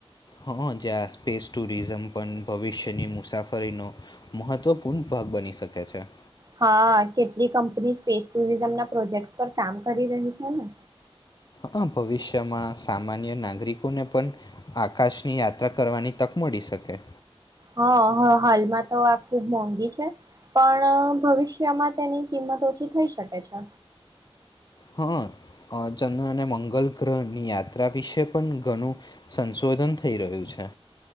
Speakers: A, on the left; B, on the right.
A: હા જ્યાં સ્પેસ ટુરિઝમ પણ ભવિષ્યની મુસાફરીનો મહત્વપૂર્ણ ભાગ બની શકે છે.
B: હા કેટલી કંપની સ્પેસ ટુરિઝમના પ્રોજેક્ટ પર કામ કરી રહી છે ને.
A: હઅ ભવિષ્યમાં સામાન્ય નાગરિકોને પણ આકાશની યાત્રા કરવાની તક મળી શકે.
B: હા હાલમાં તો આ ખૂબ મોંઘી છે પણ ભવિષ્યમાં તેની કિંમત ઓછી થઈ શકે છે.
A: હા ચંદ્ર અને મંગલ ગ્રહની યાત્રા વિશે પણ ઘણું સંશોધન થઈ રહ્યું છે.